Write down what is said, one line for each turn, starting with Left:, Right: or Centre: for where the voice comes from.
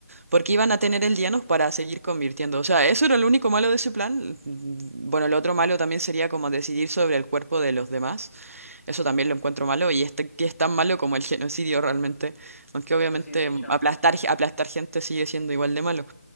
Right: Porque iban a tener
Left: Mm,
Right: el Dianos para seguir convirtiendo. O sea, eso era lo único malo de ese plan. Mm, Bueno, lo otro malo también sería como decidir sobre el cuerpo de los demás. Eso también lo encuentro malo y, este, que es tan malo como el genocidio realmente. Aunque obviamente
Left: pues sí, de hecho.
Right: aplastar, ge- aplastar gente sigue siendo igual de malo.